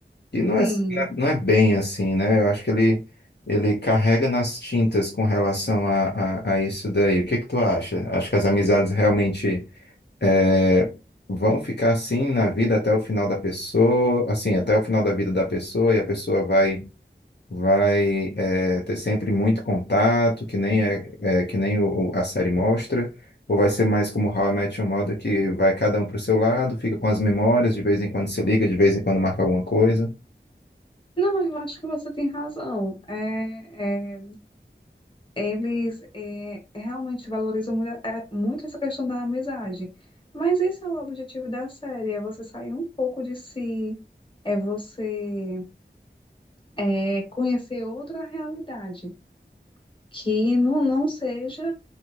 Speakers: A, on the left; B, on the left.
A: E não
B: Sim,
A: é não é bem assim, né? Eu acho que ele ele carrega nas tintas com relação a, a, a isso daí. O que que tu acha? Acho que as amizades realmente é, vão ficar assim na vida até o final da pessoa, assim, até o final da vida da pessoa, e a pessoa vai vai é, ter sempre muito contato, que nem é, é, que nem o, o- a série mostra, ou vai ser mais como How I Met Your Mother, que vai cada um para o seu lado, fica com as memórias, de vez em quando se liga, de vez em quando marca alguma coisa.
B: não, eu acho que você tem razão. É, é- Eles eh, realmente valorizam muito, eh, muito essa questão da amizade. Mas esse é o objetivo da série, é você sair um pouco de si, é você eh, conhecer outra realidade que não, não seja